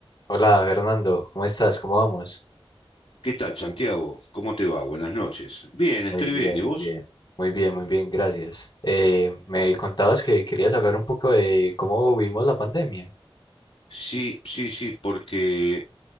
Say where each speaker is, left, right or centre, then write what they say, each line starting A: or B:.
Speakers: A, on the left; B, on the left.
A: Hola Fernando, ¿cómo estás? ¿Cómo vamos?
B: ¿Qué tal, Santiago? ¿Cómo te va? Buenas noches. Bien, estoy
A: Muy bien,
B: bien. ¿Y
A: muy
B: vos?
A: bien. Muy bien, muy bien, gracias. Eh, me contabas que querías hablar un poco de cómo vivimos la pandemia.
B: Sí, sí, sí, porque